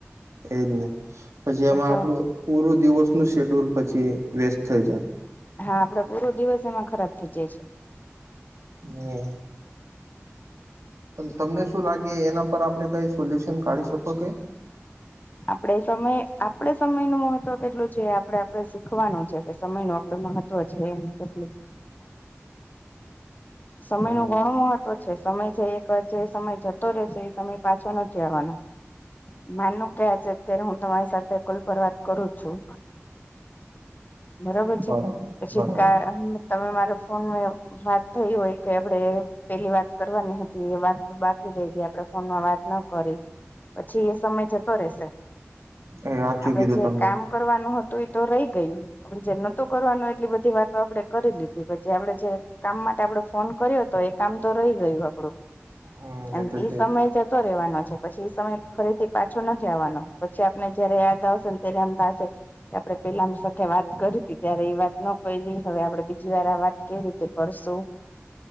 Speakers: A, on the right; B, on the left.
A: એજ ને. પછી
B: દસ
A: એમાં આપડું પૂરું દિવસનું શેડ્યુલ પછી વેસ્ટ થઈ જાય.
B: હા આપડે પૂરો દિવસ એમાં ખરાબ થઈ જાય છે.
A: હમ્મ. પણ તમને શું લાગે એના પર આપડે કઈ સોલ્યુશ શન કાઢી શકો કે?
B: આપણેે સમય આપડે સમયનું મહત્વ કેટલું છે આપડે આપડે શીખવાનું છે કે સમયનું આપડે મહ ત્વ છે એમ કેટલું. સમયનો
A: હમ
B: ઘણો મહત્વ છે. સમય છે એક વાર જે સમય જ તો રે છે એ સમય પાછો નથી આવવાનો. માનો કે આજે અત્યારે હું તમારી સાથે કોલ પર વાત કરું છું બરોબર છે?
A: બરાબર
B: પછી
A: બરાબર
B: કા તમે મારે ફોન મે વાત થઈ હોય કે આપડે પેલી વાત કરવાની હતી એ વાત બાકી રહી ગઈ આપડે ફોનમાં વાત ન કરી. પછી એ સમય જતો રેશે.
A: એ સાચું
B: આપડે
A: કીધું
B: જે
A: તમને
B: કામ કરવાનું હતું ઈ તો રહી ગયું. આપડે જે નતો કરવાનો એટલી બધી વાતો આપડે કરી લીધી. પણ જે આપડે જે કામ મા ટે આપડે ફોન કર્યો તો એ કામ તો રહી ગયું આપડું.
A: હમ
B: અને
A: એ તો
B: ઈ
A: છે
B: સમય જ તો રહેવાનો છે પછી એ સમય ફરીથી પાછો નથી આવવાનો. પછી આપને જયારે યાદ આવશે ને ત્યારે આમ થાશે કે આપણે પહેલા ના સાથે વાત કરી તી ત્યારે એ વાત ન કરી હવે આપણે બીજી વાર આ વાત કેવી રીતે કરશું.